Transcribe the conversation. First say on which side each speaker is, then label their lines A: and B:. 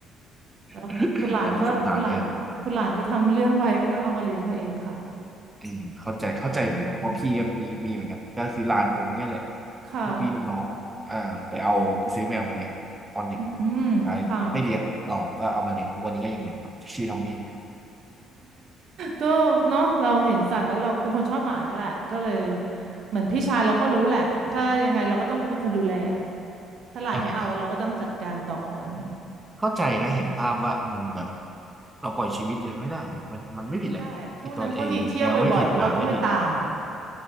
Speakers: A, on the right (about 60°); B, on the right (about 15°).
A: ๆแล้วคุณหลานก็คุณหลานคุณหลานก็ทำเรื่องไว้ก็ต้องเอามาเลี้ยงเองค่ะ
B: <laughs> อันนี้สงสารแทนอืมเข้าใจเข้าใจเหมือนกันครับเพราะพี่ก็มีมีเหมือนกันก็คือร้านผมเหมือนกันแหละ
A: ประมาณนั้นค่ะ
B: พวกพี่ลูกน้องอ่าไปเอาไปซื้อแมวมาเลี้ยงตอนเด็ก
A: อืมค่ะ
B: สุดท้ายไม่เลี้ยงต่อก็เอามาเลี้ยงทุกวันนี้ก็ยังอยู่ครับชื่อทอมมี่
A: ก็เนาะเราเห็นสัตว์แล้วเราเป็นคนชอบหมาเนี่ยแหละก็เลยเหมือนพี่ชายเราก็รู้แหละถ้ายังไงเราก็ต้องเป็นคนดูแลอะ
B: ใช่ครับ
A: ถ้าหลานไม่เอาเราก็ต้องจัดการต่ออะไรเงี้ย
B: อ่า เข้าใจนะเห็นภาพว่าอืมแบบเราปล่อยชีวิตยังไม่ได้มันมันไม่ผิดเลยไอตัวเองแมวไม่ผิดหมาไม่ผิด
A: มันไม่ได้อะช่วงนั้นเขาหนีเที่ยวบ่อยๆแล้วเราต้องไปตามอ่ะ